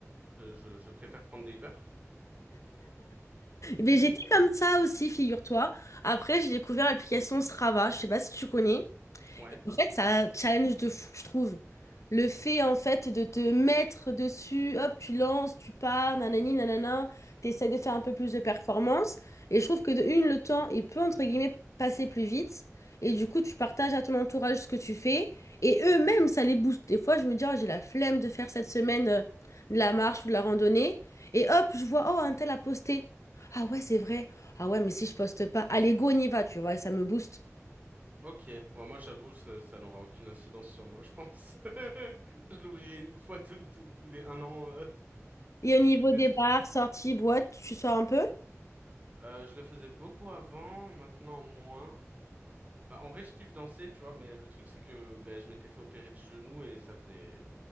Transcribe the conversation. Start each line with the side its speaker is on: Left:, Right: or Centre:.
Right: euh, je, je préfère prendre des Uber.
Left: Mais
Right: <clears throat>
Left: j'étais comme ça aussi, figure-toi. Après, j'ai découvert l'application Strava. Je sais pas si tu connais.
Right: Mm. Ouais,
Left: En fait, c'est un challenge de fou, je trouve. Le fait, en fait, de te mettre dessus, hop, tu lances, tu pars, nanani, nanana, t'essaies de faire un peu plus de performance. Et je trouve que de une, le temps, il peut, entre guillemets, passer plus vite. Et du coup, tu partages à ton entourage ce que tu fais. Et eux-mêmes, ça les booste. Des fois, je me dis, oh, j'ai la flemme de faire cette semaine euh, de la marche ou de la randonnée. Et hop, je vois, oh, un tel a posté. Ah ouais, c'est vrai. Ah ouais, mais si je poste pas, allez, go, on y va, tu vois, et ça me booste.
Right: ok. Ouais, moi, j'avoue, ça, ça n'aura aucune incidence sur moi, je pense. <laughs> Je l'ouvrirai une fois tous tous tous les un an. euh,
Left: Et au niveau
Right: et
Left: des
Right: je,
Left: bars, sorties, boîtes, tu sors un peu?
Right: euh, je le faisais beaucoup avant, maintenant moins. Bah, en vrai, je kiffe danser, tu vois, mais le truc, c'est que ben je m'étais fait opérer du genou et ça faisait...